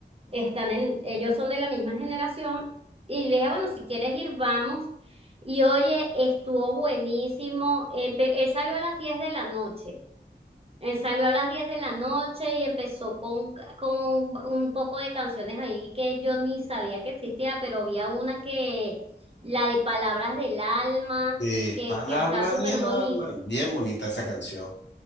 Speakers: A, on the right (about 35°); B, on the left (about 80°).
A: están en, ellos son de la misma generación, y le dije, bueno, si quieres ir, vamos. Y oye, estuvo buenísimo. Empe- él salió a las 10 de la noche. Él salió a las 10 de la noche y empezó con, con un poco de canciones ahí que yo ni sabía que existía, pero había una que, la de Palabras del Alma,
B: Eh,
A: que,
B: palabras
A: que está súper
B: del
A: bonita.
B: alma, bien bonita esa canción.